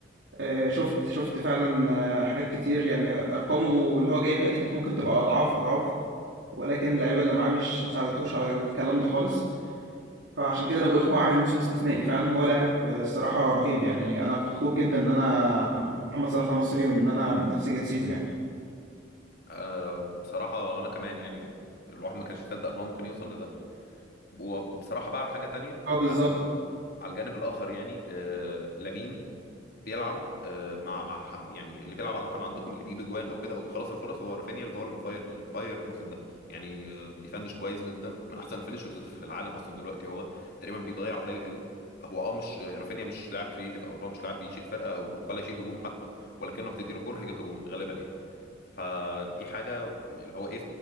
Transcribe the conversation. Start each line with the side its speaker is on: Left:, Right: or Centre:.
Right: آه، شفت شفت فعلا آه، حاجات كتير يعني أرقامه اللي هو جايبها دي كانت ممكن تبقى أضعاف أضعاف ولكن اللعيبه اللي معاه مش ما ساعدتهوش على الكلام ده خالص فعشان كده انا بقول لك هو عامل موسم استثنائي فعلا هو لاعب آه، الصراحه رهيب يعني انا فخور جدا ان انا محمد صلاح ده مصري وان انا نفس جنسيته يعني
Left: أه بصراحة أنا كمان يعني الواحد ما كانش يصدق إن هو ممكن يوصل لده وبصراحة بقى حاجة تانية
Right: اه بالظبط
Left: على ال... على الجانب الآخر يعني آه لامين بيلعب آه مع مع ح- يعني اللي بيلعب عادة عندكم اللي بيجيب جوان أو كده أو بيخلص الفرص هو رافينيا اللي هو اللي مفاير الفاير الموسم ده يعني آه بيفنش كويس جدا من أحسن الفينشرز في العالم أصلا دلوقتي هو تقريبا بيضيع قليل قوي هو اه مش آه، رافينيا مش لاعب كريتيف او اللي هو مش لاعب بيشيل فرقه او ولا يشيل هجوم حتى ولكنه هتديله كوره هيجيبها جون غالبا يعني فدي حاجه اللي هو ايه